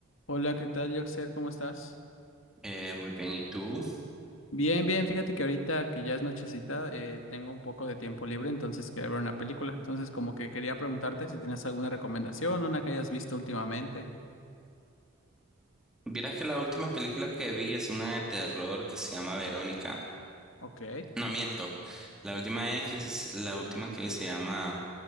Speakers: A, on the left; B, in the centre.
A: Hola, ¿qué tal, Yoxer? ¿Cómo estás?
B: Eh, muy bien, ¿y tú?
A: Bien, bien, fíjate que ahorita que ya es nochecita, eh, tengo un poco de tiempo libre, entonces quería ver una película. Entonces, como que quería preguntarte si tenías alguna recomendación, una que hayas visto últimamente.
B: Vieras que la última película que vi es una de terror que se llama Verónica.
A: Ok,
B: No miento. La última es, es- la última que vi se llama